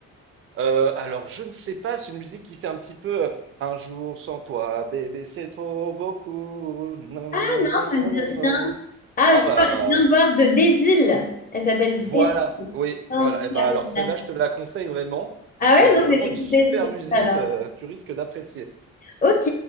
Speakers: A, on the right (about 45°); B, on the left (about 30°).
A: Heu, alors je ne sais pas, c'est une musique qui fait un petit peu, heu: «Un jour sans toi bébé c'est trop beaucoup, nan
B: Ah
A: nan
B: non,
A: nan
B: ça
A: nan
B: me dit
A: nan nan».
B: Ah,
A: Ah
B: je, vois-
A: bah,
B: je viens de voir de Désil. Elle s'appelle
A: voilà,
B: Désil.
A: oui,
B: Sans
A: voilà et
B: la
A: bah,
B: rivière.
A: alors celle-là je te la conseille vraiment.
B: Ah
A: C'est
B: ouais, non,
A: c'est
B: je
A: vraiment
B: vais l'écouter
A: une super
B: c'est
A: musique,
B: ça, alors.
A: heu, tu risques d'apprécier.
B: Ok,